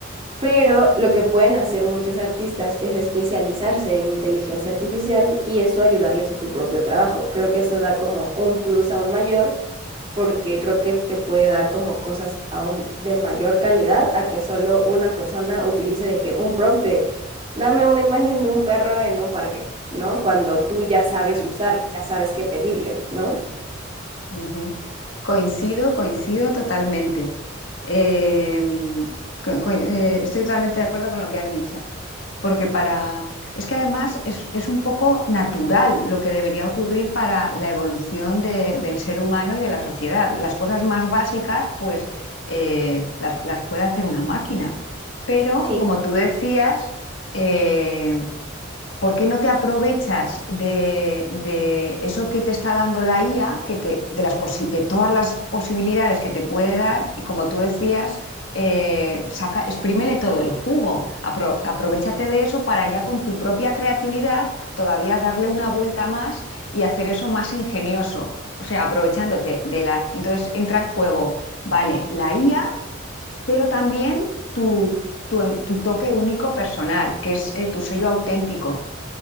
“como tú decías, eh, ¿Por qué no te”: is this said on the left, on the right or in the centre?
Left